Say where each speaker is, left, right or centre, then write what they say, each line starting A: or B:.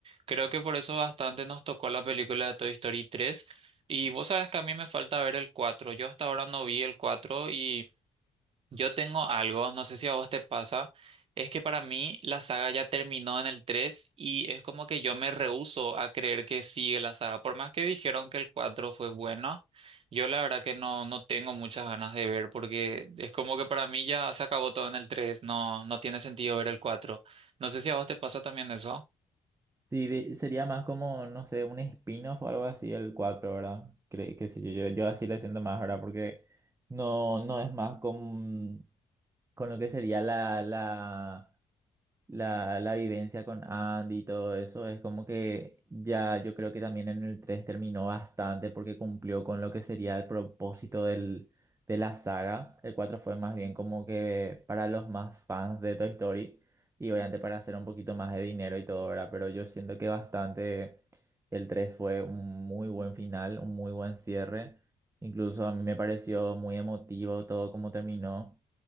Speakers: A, on the right; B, on the right.
A: Creo que por eso bastante nos tocó la película de Toy Story tres y vos sabes que a mí me falta ver el 4. Yo hasta ahora no vi el 4 y yo tengo algo, no sé si a vos te pasa, es que para mí la saga ya terminó en el 3 y es como que yo me rehúso a creer que sigue la saga. Por más que dijeron que el 4 fue bueno, yo la verdad que no, no tengo muchas ganas de ver porque es como que para mí ya se acabó todo en el 3. no, no tiene sentido ver el 4. No sé si a vos te pasa también eso.
B: Sí, de- sería más como, no sé, un spin-off o algo así el 4, ¿verdad? Cre que sé yo, yo, yo así le siento más, ¿verdad? Porque no, no es más con, con lo que sería la, la, la, la vivencia con Andy y todo eso, es como que ya yo creo que también en el 3 terminó bastante porque cumplió con lo que sería el propósito del, de la saga. El 4 fue más bien como que para los más fans de Toy Story y obviamente para hacer un poquito más de dinero y todo, ¿verdad? Pero yo siento que bastante el 3 fue un muy buen final, un muy buen cierre. Incluso a mí me pareció muy emotivo todo como terminó.